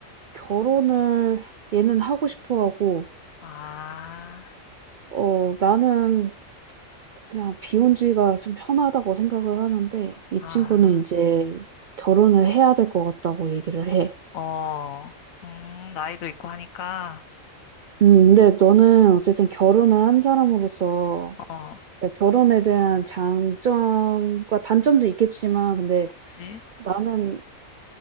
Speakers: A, on the right; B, on the left.
A: 결혼을 얘는 하고 싶어 하고,
B: 아,
A: 어, 나는 그냥 비혼주의가 좀 편하다고 생각을 하는데, 이
B: 아,
A: 친구는 이제 결혼을 해야 될 것 같다고 얘기를 해.
B: 어. 음, 나이도 있고 하니까,
A: 음, 근데 너는 어쨌든 결혼을 한 사람으로서
B: 어,
A: 그러니까 결혼에 대한 장점과 단점도 있겠지만, 근데
B: 그치?
A: 나는,